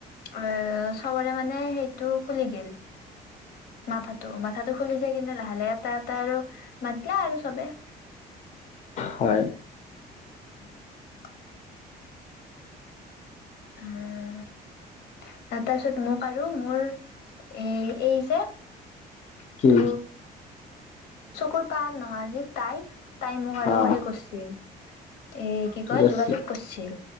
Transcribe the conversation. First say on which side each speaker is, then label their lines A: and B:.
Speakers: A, on the left; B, on the left.
A: এ চবৰে মানে সেইটো খুলি গ'ল। মাথাটো, মাথাটো খুলি যায় কিনে লাহে-লাহে এটা এটা আৰু মাতিলো আৰু চবে।
B: হয়।
A: <inaudible> উম। তাৰপিছত মোক আৰু মোৰ এ, এই যে
B: কি।
A: তো চকুৰ পান নহয় আজি তাই তাই মোক আৰু
B: অ
A: সেই কৰিছিল। <inaudible> এ কি
B: ঠিক
A: কয়
B: আছে
A: যোগাযোগ কৰিছিল,